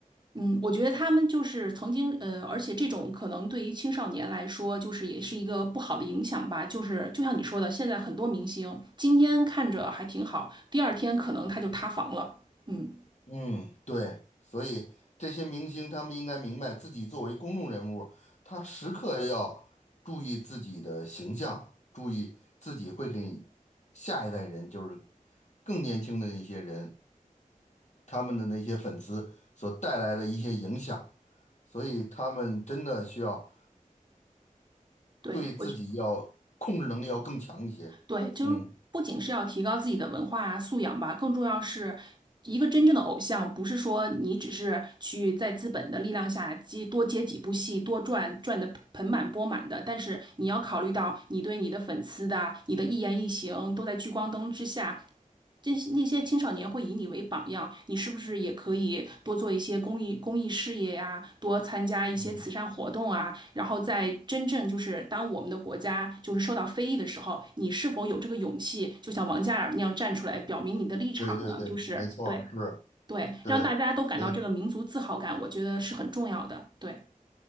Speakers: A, on the right (about 35°); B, on the left (about 55°).
A: 嗯，我觉得他们就是曾经呃，而且这种可能对于青少年来说，就是也是一个不好的影响吧。就是就像你说的，现在很多明星今天看着还挺好，第二天可能他就塌房了。嗯，
B: 嗯，对，所以这些明星他们应该明白，自己作为公众人物，他时刻要注意自己的形象，注意自己会给下一代人，就是更年轻的一些人。他们的那些粉丝所带来的一些影响，所以他们真的需要
A: 对，
B: 对自己要控制能力要更强一些。
A: 我觉。对，就是不仅是要提高自己的文化素养吧，
B: 嗯，
A: 更重要是一个真正的偶像，不是说你只是去在资本的力量下接多接几部戏，多赚赚的盆满钵满的，但是你要考虑到你对你的粉丝的，你的一言一行都在聚光灯之下，那些青少年会以你为榜样，你是不是也可以多做一些公益公益事业呀、多参加一些慈善活动啊？
B: 嗯，
A: 然后在真正就是当我们的国家就是受到非议的时候，你是否有这个勇气，就像王嘉尔那样站出来表明你的立场呢？
B: 对对对，
A: 就是对
B: 没错儿是，
A: 对，
B: 对，
A: 让大家都感到这个民族自豪感，
B: 所以
A: 我觉得是很重要的。对